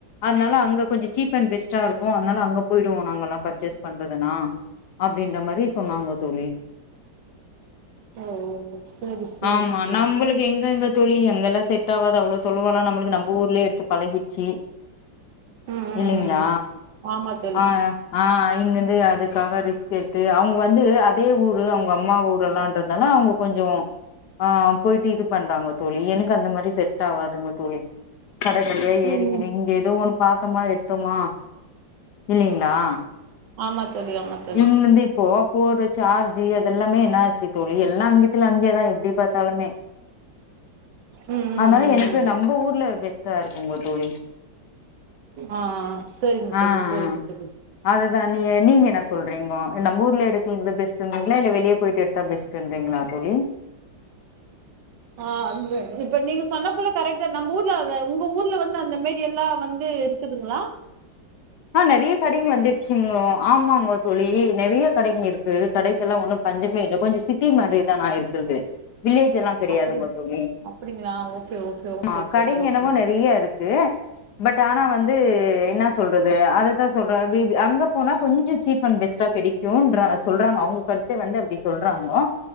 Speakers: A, on the left; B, on the right.
A: அதுனால அங்க கொஞ்ச சீப் அண்ட் பெஸ் எச்சா இருக்கு அதனால அங்க போயிருவோ நாங்க எல்லா பர்ச்சேஸ் பண்றதுனா அப்படின்ற மாதிரி சொன்னாங்க தோழி
B: ஓ ஓ ஓ சரி சரி
A: ஆமா
B: சரி
A: நம்மளுக் எங்க எங்க தோழி அங்கெல்லா செட் ஆவாது அவ்ளோ தொலுவ எல்லா நம்மளுக்கு நம் ஊர்லேய எடுத்து பழகிருச்சு
B: ம் ம்
A: இல்லிங்களா
B: ம் ஆமா தோழி
A: ஆ ஆ இங்கிருந்து அதுக்காக கேட்டு அவுங்க வந்து அதே ஊரு அவுங்க அம்மா ஊருல்லான்றதுனால அவுங்க கொஞ்ச ஆ போயிட்டு இது பண்றாங்க தோழி எனக்கு அந்த மாரி செட் டாவா துங்க தோழி கடைக்கடையா
B: ம்
A: ஏரிக்கினு
B: ம்
A: இங்க ஏதோ ஒண்ணு பாத்தமா எடுத் தோமா இல்லிங்களா
B: ஆமா தோழி ஆமா தோழி
A: இவுங்க வந்து இப்போ போடுர சார்ஜி அதெல்லாமே என்னாச்சு தோழி எல்லா அங்கேத்துல அங்கேயே தா எப்டி பாத்தாலுமே
B: ம்
A: அதுனால
B: ம் ம்
A: எனக்கு நம்ப ஊர்ல பெஸ்ட்டா இருக்குங்கோ தோழி
B: ஆ ஆ செரிங்க
A: ஆ
B: தோழி
A: ஆ
B: செரிங்க தோழி
A: அதுதா நீங்க நீங்க என்ன சொல்றீங்கோ நம் ஊர்லே எடுக்குங்றது பெஸ்ட்டுங்றீங்களா இல்ல வெளிய போய்ட்டு எட்த்தா பெஸ்ட்டுங் றீங்களா தோழி
B: ஆ இங்க இப்ப நீங்க சொன்ன போல கரெக்ட் தா நம்ப ஊர்ல அத உங்க ஊர்ல வந்து அந்த மேரி எல்லா வந்து க்குதுங்களா
A: ஆ நெறைய கடைங்க வந்துர்ச்சிங்கோ ஆமாங்கோ தோழி நெறைய கடைங்க இருக்கு கடைக்கெல்லா ஒன்னு பஞ்சமே இல்ல கொஞ்சோ சிட்டி மாதிரி தா நா இருக்கற்து வில்லேஜெல்லா கெடையாதுங்கோ
B: அப்படி
A: தோழி
B: அப்படிங்களா ஓகே ஓகே ஓகே
A: மா கடைங்க
B: தோழி ஓகே
A: என்னமோ நெறியா இருக்கு பட் ஆனா வந்து என்னா சொல்ற து அதுதா சொல்றாங் வீத் அங்க போனா கொஞ்ச சீப் அண் பெஸ்ட்டா கெடைக்குன்ற அ சொல்றாங்க அவுங்க கருத் து வந்து அப்டி சொல்றாங்கோ